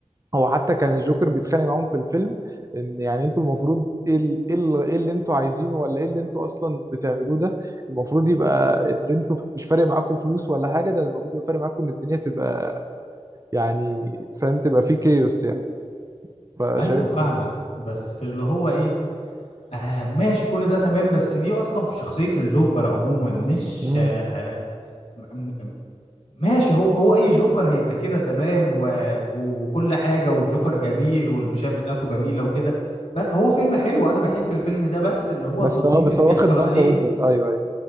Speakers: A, on the right (about 30°); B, on the left (about 70°).
A: هو حتى كان الجوكر بيتخانق معاهم في الفيلم ان يعني انتوا المفروض ايه ال- ايه ال- إيه اللي انتوا عايزينه ولا ايه اللي انتوا اصلا بتعملوه ده المفروض يبقى اللي انتوا مش فارق معاكم فلوس ولا حاجه ده المفروض يبقى فارق معاكم ان الدنيا تبقى يعني فاهم تبقى في كيوس يعني فشايف
B: ايوه فاهمك
A: دي
B: بس اللي هو ايه آه ماشي كل ده تمام بس دي اصلا في شخصية الجوكر عموما مش
A: مم.
B: آه آه، م- م- ماشي هو هو اي جوكر هيبقى كده تمام و- وكل حاجة والجوكر جميل والمشاهد بتاعته جميلة وكده بس هو فيلم حلو انا بحب الفيلم ده بس اللي هو
A: بس
B: التطبيل
A: اه بس
B: اللي
A: هو
B: بيحصل
A: واخد ضجه
B: عليه
A: اوفر ايوه ايوه